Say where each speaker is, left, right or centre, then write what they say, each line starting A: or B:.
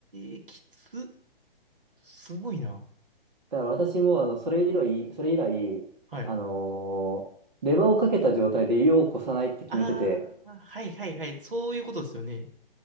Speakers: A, on the right; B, on the right.
A: えー、きつ。すごいな。
B: だから私も、あの、それ以来、それ以来、
A: はい。
B: あのーレバーをかけた状態で湯をこさないって決めてて、
A: ああ、はい、はい、はい。そういうことですよね。